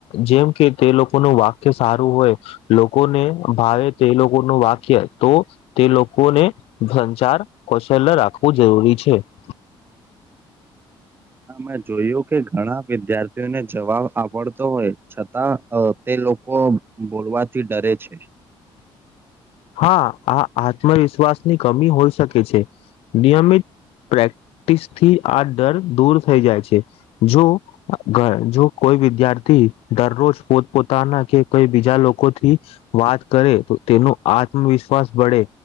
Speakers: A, on the left; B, on the right.
A: જેમ કે તે લોકો નું વાક્ય સારું હોય લોકોને ભાવે તે લોકોનું વાક્ય તો તે લોકોને સંચાર કૌશલ્ય રાખવું જરૂરી છે. <inaudible>
B: મેં જોયું કે ઘણા વિદ્યાર્થીઓને જવાબ આવડતો હોય છતાં તે લોકો બોલવાથી ડરે છે.
A: હા આ આત્મવિશ્વાસની કમી હોઈ શકે છે. નિયમિત પ્રેક્ટિસ થી આ ડર દૂર થઈ જાય છે જો જો કોઈ વિદ્યાર્થી દરરોજ પોતપોતાના કે કોઈ બીજા લોકો થી વાત કરે. તેનો આત્મવિશ્વાસ બળે